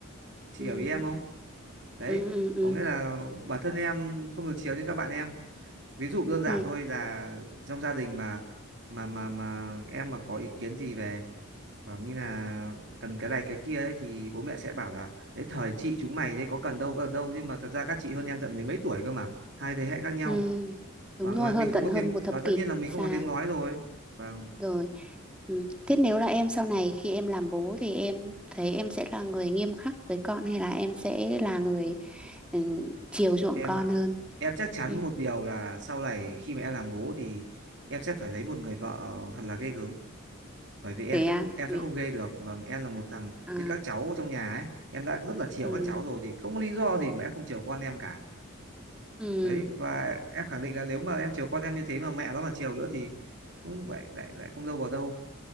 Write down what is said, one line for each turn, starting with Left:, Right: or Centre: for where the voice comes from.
Right: chị
Centre: Ừ,
Right: hiểu ý em không đấy
Centre: ừ, ừ, ừ,
Right: có nghĩa là bản thân em không được chiều như các bạn em ví dụ đơn giản
Centre: Ừ.
Right: thôi là trong gia đình mà mà mà mà em mà có ý kiến gì về bảo như là cần cái này cái kia ấy thì bố mẹ sẽ bảo là đấy thời chị chúng mày đấy có cần đâu có cần đâu nhưng mà thật ra các chị hơn em tận mấy mấy tuổi cơ mà hai thế hệ khác nhau
Centre: ừ.
Right: và
Centre: Đúng rồi,
Right: ngoài
Centre: hơn
Right: mình không
Centre: tận
Right: có
Centre: hơn
Right: tiếng
Centre: một
Right: và
Centre: thập
Right: tất
Centre: kỷ
Right: nhiên là mình
Centre: xa
Right: không có tiếng nói rồi vâng
Centre: rồi. Ừ. Thế nếu là em sau này khi em làm bố thì em thấy em sẽ là người nghiêm khắc với con hay là em sẽ là người ừ, chiều chuộng
Right: em
Centre: con
Right: ạ
Centre: hơn?
Right: em chắc chắn
Centre: Ừ.
Right: một điều là sau này khi mà em làm bố thì em sẽ phải lấy một người vợ thật là ghê gớm bởi vì em
Centre: Thế
Right: sẽ
Centre: à?
Right: không em
Centre: Vì-
Right: sẽ không ghê được vâng em là một thằng
Centre: À,
Right: như các cháu trong nhà ấy em đã rất là chiều
Centre: ừ,
Right: các cháu rồi thì không có lý do gì mà em không chiều con em cả
Centre: ừ.
Right: đấy và em khẳng định là nếu mà em chiều con em như thế mà mẹ nó mà chiều nữa thì cũng lại lại lại không đâu vào đâu